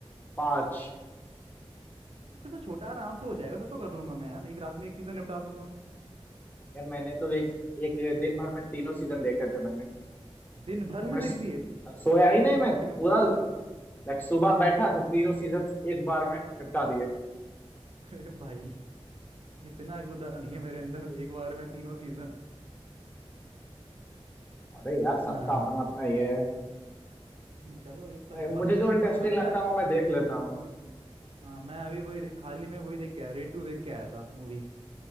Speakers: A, on the left; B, on the right.
A: पांच
B: तो फिर तो छोटा आराम से हो जाएगा फिर तो कर लूंगा मैं यार एक रात में एक सीजन निपटा दूंगा
A: यार मैंने तो एक एक दिन भर में तीनों सीजन देखे थे मैंने
B: दिन भर
A: तो
B: में
A: मैं
B: देख
A: स-
B: लिए <laughs>
A: सोया ही नहीं मैं
B: अरे
A: पूरा
B: बा
A: लाइक सुबह बैठा तो तीनों सीजन एक बार में निपटा दिए
B: अरे भाई इतना गुदा नहीं है मेरे अंदर एक बार में तीनों सीजन
A: अरे यार सबका
B: हाँ,
A: अपना अपना ये है
B: चलो ये तो
A: मैं-
B: है बात
A: मुझे जो इंटरेस्टिंग
B: मैं पता
A: लगता
B: है
A: है वो मैं देख लेता हूँ
B: हाँ, हाँ, मैं अभी वही रे- हाल ही में वही देख के आया रेड टू देख के आया था मूवी